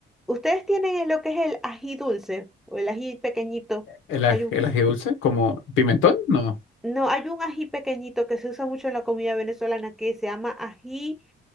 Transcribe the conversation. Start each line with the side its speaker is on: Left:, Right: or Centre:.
Centre: ¿Ustedes tienen lo que es el ají dulce o el ají pequeñito?
Left: El,
Centre: Hay
Left: aj-
Centre: un,
Left: el ají dulce, como pimentón, no.
Centre: no, hay un ají pequeñito que se usa mucho en la comida venezolana que se llama ají,